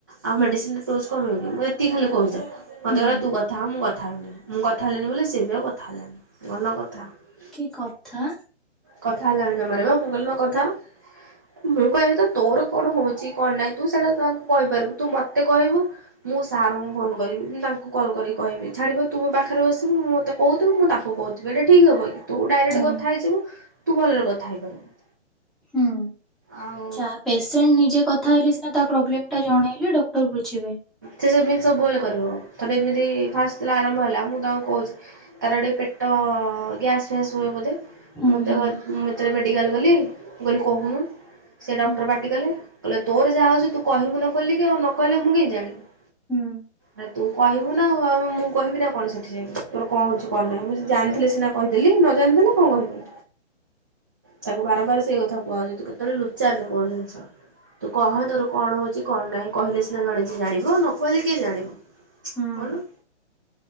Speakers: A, on the right; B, in the centre.
A: ଆଉ
B: ହୁଁ
A: ମେଡିସିନ୍ ଡୋଜ କମିବ କି? ମୁଁ ଏତିକି ଖାଲି କହୁଛି ତାକୁ ମତେ
B: ହୁଁ।
A: କହିଲା ତୁ କଥା ହୋ ମୁଁ କଥା ହେବିନି। ମୁଁ କଥା ହେଲିନି ବୋଲି ସେ ବି ଆଉ କଥା ହେଲାନି ମୁ କହିଲି ନ କଥା ହୋ।
B: କି କଥା?
A: କଥା ହେଲାଣି ଜମାରୁ ବା ମୁଁ କହିଲି ନ କଥା ହୋ। ମୁଁ କହିବା କଥା ତୋର କଣ ହଉଛି କଣ ନାହିଁ ତୁ ସେଇଟା ତାଙ୍କୁ କହିପାରିବୁ ତୁ ମତେ କହିବୁ ମୁଁ ସାର୍ ଙ୍କୁ ଫୋନ କରିବି। ମୁଁ ତାଙ୍କୁ କଲ୍ କରି କହିବି ଛାଡ଼ିବ ତୁ ମୋ ପାଖରେ ବସିବୁ। ତୁ ମୋତେ କହୁଥିବୁ ମୁଁ ତାଙ୍କୁ କହୁ ଏଇଟା ଠିକ୍ ହବ କି? ତୁ ଡାଇରେକ୍ଟ
B: ଉଁ
A: କଥା ହେଇଯିବୁ ତୁ ଭଲରେ କଥା ହେଇପାରିବୁ।
B: ହୁଁ
A: ଆଉ
B: ଯାହା ପେ ପେସେଣ୍ଟ ନିଜେ କଥା ହେଲେ ସିନା ତା ପ୍ରୋବଲ୍ମେ୍ ଟା ଜଣେଇଲେ ଡକ୍ଟର ବୁଝିବେ
A: ସେ ସେମିତି ସବୁବେଳେ କରିବ ଥର ଏମିତି ଫାଷ୍ଟ ଯେତେବେଳେ ଆରମ୍ଭ ହେଲା ମୁଁ ତାଙ୍କୁ କହୁଛି ତାର ଟିକିଏ ପେଟ ଗ୍ୟାସ୍ ଫ୍ୟାସ୍ ହୁଏ ବୋଧେ
B: ହୁଁ
A: ମୁଁ
B: ହୁଁ।
A: ତାକୁ ଆଜି ମୁଁ ଯେତେଳେ ମେଡ଼ିକାଲ ଗଲି କହଲି କହୁନ। ସେ ଡକ୍ଟର
B: ହୁଁ
A: ପାଟି କଲେ କହିଲେ ତୋର ଯାହା ହଉଛି ତୁ କହିବୁ ନା ଖୋଲିକି ଆଉ ନ କହିଲେ ମୁଁ କେମିତି ଜାଣିବି।
B: ହୁଁ।
A: ଆରେ ତୁ କହିବୁ ନା ଆଉ ମୁଁ କହିବି ନା କଣ ସେଠି ଯାଇକି ତୋର କଣ ହଉଛି କଣ ନାହିଁ ମୁଁ ଜାଣିିଥିଲେ ସିନା। କହିଦେଲି ନ ଜାଣିଥିଲେ କଣ କହିବି। ତାକୁ ବାରମ୍ବାର ସେଇ କଥା କୁହାଉଛି ତୁ କେତେଳେ ଲୁଚାନା କୋୖଣସି ଜିନିଷ। ତୁ କହ ତୋର କଣ ହଉଛି କଣ ନାହିଁ କହିଲେ ସିନା ଜଣେ ଯେ ଜାଣିବ ନ କହିଲେ କିଏ ଜାଣିବ।
B: ହୁଁ
A: କହୁନୁ